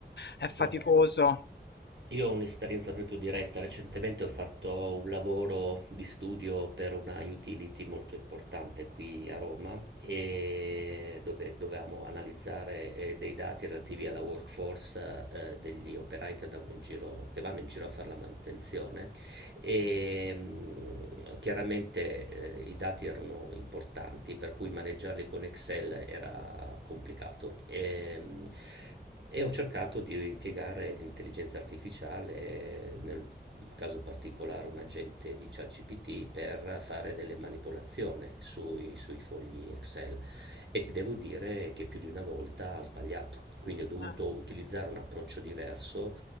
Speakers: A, on the left; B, on the right.
A: è faticoso.
B: Guarda, Io ho un'esperienza proprio diretta, recentemente ho fatto un lavoro di studio per una utility molto importante qui a Roma e dove dovevamo analizzare eh, dei dati relativi alla workforce eh, degli operai che andavano in giro, che vanno in giro a fare la manutenzione e mh, chiaramente eh, i dati erano importanti, per cui maneggiarli con Excel era complicato. E, mh, e ho cercato di impiegare l'intelligenza artificiale nel un caso particolare, un agente di ChatGPT per fare delle manipolazioni sui, sui fogli Excel e ti devo dire che più di una volta ha sbagliato. Quindi ho dovuto
A: Eh,
B: utilizzare un approccio diverso,